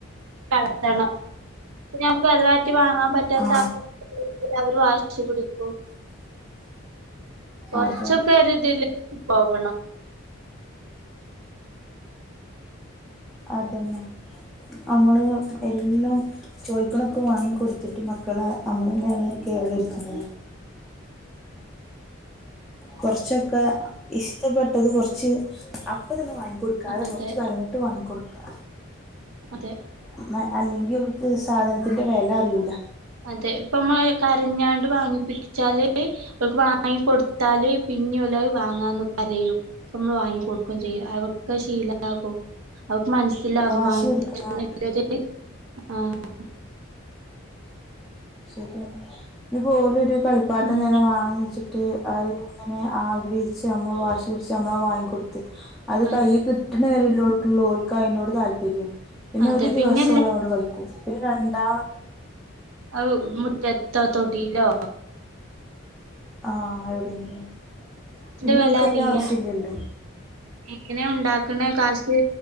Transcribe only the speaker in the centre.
ആ
അതെ
അതന്നെ. നമ്മള് എ എല്ലാം ചോദിക്കണ ഒ ഒക്കെ വാങ്ങി കൊടുത്തിട്ട് മക്കള നമ്മള് തന്നെയാണ്. കേടുവരുത്തണ്. കൊറച്ചൊക്കെ ഇഷ്ടപ്പെട്ടത് കൊറ്ച്ച് അപ്പ ത് ന്നെ വാങ്ങി കൊടുക്കാതെ
കൊറ് റച്ച് കഴിഞ്ഞിട്ട് വാങ്ങി കൊടുക്ക്.
<inaudible> മ് മ് അല്ലേ. ഇവർക്ക് സാധനത്തിന്റെ വെല അറിയൂല.
വാശി
പിടിക്കണ
കാട്ടിക്കും
ശെരിയാ ഇനിപ്പോ ഓലോരു. കളിപ്പാട്ടം
തന്നെ വാങ്ങിച്ചി ട്ട് അത് ഇങ്ങനെ ആഗ്രഹിച്ച് നമ്മൾ വാശി പിടിച്ച് നമ്മള വാങ്ങിക്കൊടു ത്ത് അത് കൈ
കിട്ട്‌ണ വരെ <unintelligible> <unintelligible> ഓൽക്ക് അയിനോട് താല്പര്യം പിന്നെ
ഒരു ദിവസം
ഓന് അവനോണ്ട് കളികക്കും പിന്നെ രണ്ടാമ
ആഹ് എവിടെങ്കിലും പിന്നെ
ഓൽക്ക് അയ്ന്റെ
ആവശ്യം ഇല്ലല്ലോ.